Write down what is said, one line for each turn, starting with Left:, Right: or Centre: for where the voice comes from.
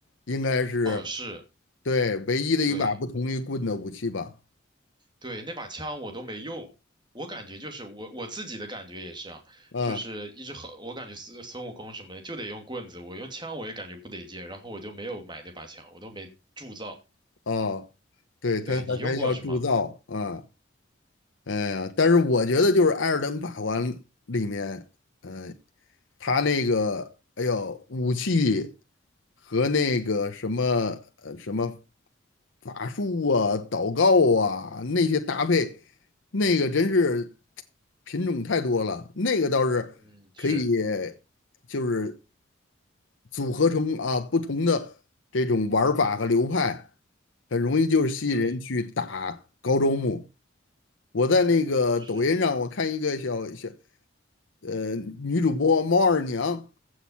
Left: 应该是。
Right: 哦，是，
Left: 对，唯一的一把不同于棍的武器吧。
Right: 对。对，那把枪我都没用，我感觉就是我我自己的感觉也是啊，
Left: 嗯，
Right: 就是一直很，我感觉孙孙悟空什么的就得用棍子，我用枪我也感觉不得劲，然后我就没有买那把枪，我都没铸造。
Left: 哦，对，他还还要铸造，
Right: 对，你用过是吗？
Left: 嗯，哎呀，但是我觉得就是《艾尔登法环》里面，呃，他那个，哎呦，武器和那个什么呃什么法术啊、祷告啊那些搭配，那个真是品种太多了，那个倒是可以，
Right: 嗯，是，
Left: 就是组合成啊不同的这种玩儿法和流派，很容易就是吸引人去打高周目。
Right: 对，
Left: 我在那个抖音上，
Right: 是，
Left: 我看一个小小呃女主播猫二娘，